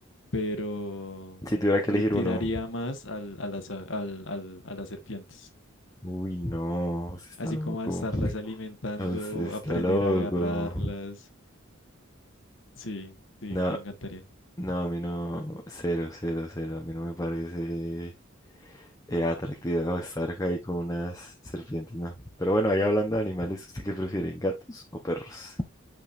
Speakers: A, on the left; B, on the left.
A: pero
B: Si tuviera que
A: le
B: elegir
A: tiraría
B: uno.
A: más al, a las, a- al, al- a las serpientes,
B: Uy, no, usted está
A: así
B: loco.
A: como a estarlas alimentando,
B: Usted está
A: aprender
B: loco.
A: a agarrarlas. Sí, sí,
B: No,
A: me encantaría.
B: no, a mí no. Cero, cero, cero. A mí no me parece eh, atractivo estar ahí con unas serpientes, no. Pero bueno, ahí hablando de animales, ¿usted qué prefiere? ¿Gatos o perros?